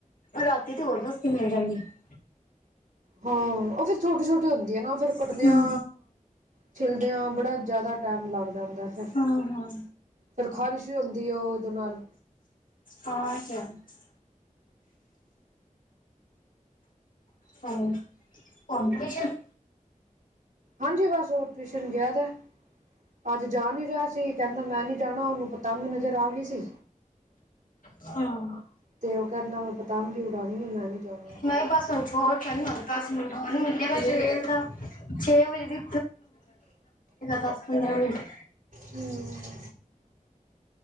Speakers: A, on the left; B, on the right.
A: ਰਾਤੀ ਤੇ ਹੋਰ ਸਸਤੀ ਮਿਲ ਜਾਂਦੀ ਏ।
B: ਹਾਂ ਉਹ ਫੇਰ ਛੋਟੀ- ਛੋਟੀ ਹੁੰਦੀ ਆ ਨਾ ਫੇਰ ਕੱਟਦਿਆਂ
A: ਹੂੰ,
B: ਛਿੱਲਦਿਆਂ ਬੜਾ ਜ਼ਿਆਦਾ ਟਾਈਮ ਲੱਗ ਜਾਂਦਾ ਫਿਰ,
A: ਹਾਂ-ਹਾਂ,
B: ਫਿਰ ਖ਼ਾਰਿਸ਼ ਵੀ ਹੁੰਦੀ ਹੈ ਉਹ ਇਹਦੇ ਨਾਲ
A: ਹਾਂ ਇਹ ਤੇ ਹੈ ਹੀ ਐ ਹਮ <unintelligible>
B: ਹਾਂਜੀ ਬਸ ਹੋਰ ਟਿਊਸ਼ਨ ਗਿਆ ਦਾ। ਅੱਜ ਜਾ ਨੀ ਰਿਹਾ ਸੀ ਕਹਿੰਦਾ ਮੈਂ ਨੀ ਜਾਣਾ, ਉਹਨੂੰ ਪਤੰਗ ਨਜ਼ਰ ਆ ਗਈ ਸੀ।
A: ਹਾਂ
B: ਤੇ ਉਹ ਕਹਿਿੰਨਾ ਮੈਂ ਪਤੰਗਗੀ ਉਡਾਣੀ ਹੈ ਮੈਂ ਨਹੀਂ ਜਾਣਾ।
A: ਮੈਂ ਬਸ ਹੁਣ ਹੋਰ ਕਹਿ ਦਸ ਮਿੰਟ ਹੋਰੀ ਮਿਲਿਆ ਤਾਂ ਛੇ ਵਜੇ ਦੀ ਦਸ ਪੰਦਰਾਂ ਮਿੰਟ
B: ਹਮ,